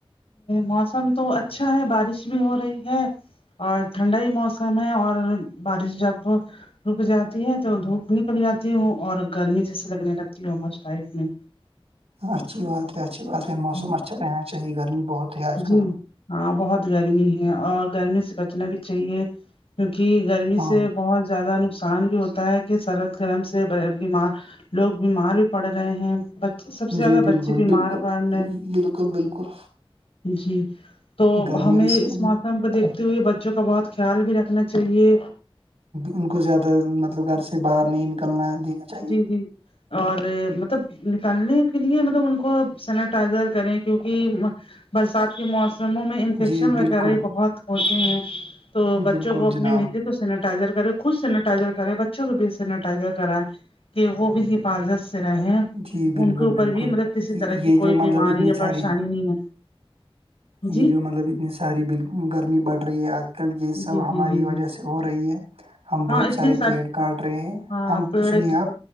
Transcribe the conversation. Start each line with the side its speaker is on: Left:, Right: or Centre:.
Left: موسم تو اچھا ہے بارش بھی ہو رہی ہے اور ٹھنڈا ہی موسم ہے اور بارش جب رک جاتی ہے تو دھوپ نکل جاتی ہوں اور گرمی جیسے لگنے لگتی ہو مس ٹائپ میں
Right: ہاں اچھی بات ہے اچھی بات ہے
Left: میں
Right: موسم اچھا رہنا چاہیے گرمی بہت ہے آج
Left: جی
Right: کل
Left: ہاں بہت گرمی ہے اور گرمی سے بچنا بھی چاہیے کیونکہ گرمی
Right: ہاں
Left: سے بہت زیادہ نقصان بھی ہوتا ہے کہ سرد گرم سے بیمار لوگ بیمار بھی پڑ رہے ہیں سب سے زیادہ
Right: جی
Left: بچے
Right: بالکل
Left: بیمار
Right: بالکل
Left: پڑ رہے
Right: بالکل بالکل
Left: جی تو
Right: گرمی
Left: ہمیں اس
Right: سے
Left: موسم پہ دیکھ تے ہوئے بچوں کا بہت خیال بھی رکھنا چاہیے
Right: ان کو زیادہ مطلب گھر سے باہر نہیں نکلنا دینا چاہیے
Left: جی جی اور مطلب نکلنےکے لیے مطلب ان کو سینٹائزر کریں کیونکہ برسات کے موسموں میں انفیکشن
Right: جی
Left: وغیرہ
Right: بالکل
Left: ہی بہت ہوتے ہیں تو بچوں
Right: بالکل
Left: کو اپنی
Right: جناب
Left: بھیجیے تو سینیٹائزر کرے خود سینیٹائزر کرے بچوں کے بیچ سینیٹائزر کرائیں کہ وہ بھی حفاظت سے رہےیں
Right: جی بالکل
Left: ان کے اوپر
Right: بالکل
Left: بھی مطلب کسی طرح کی
Right: یہ جو
Left: کوئی
Right: مطلب
Left: بیماری
Right: اتنی
Left: یا
Right: ساری
Left: پریشانی نہیں ہے جی
Right: یہ جو مطلب اتنی سی سوری بلکل گرمی بڑھ رہی ہے آج کل یہ
Left: جی
Right: سب ہماری
Left: جی جی
Right: وجہ
Left: جی
Right: سے ہو رہی ہے ہم
Left: ہاں
Right: بہت
Left: اتنے
Right: سارے پیڑ کاٹ رہے ہیں
Left: ہاں
Right: ہم
Left: پیڑ
Right: سنیے آپ